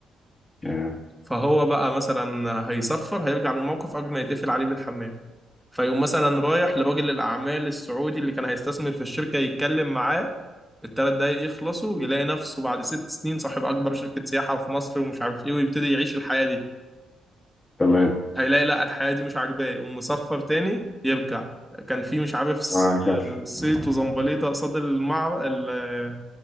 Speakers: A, on the left; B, in the centre.
A: يعني
B: فهو بقى مثلا هيصفر هيرجع للموقف قبل ما يتقفل عليه بالحمام فيقوم مثلا رايح لراجل الأعمال السعودي اللي كان هيستثمر في الشركة يتكلم معاه الثلاث دقايق يخلصوا يلاقي نفسه بعد ست سنين صاحب أكبر شركة سياحة في مصر ومش عارف إيه ويبتدي يعيش الحياة دي
A: تمام
B: هيلاقي لا الحياة دي مش عاجباه يقوم مسفر تاني يرجع كان في مش عارف س-
A: وهكذا
B: صيت وزمبليطة قصاد المع ال-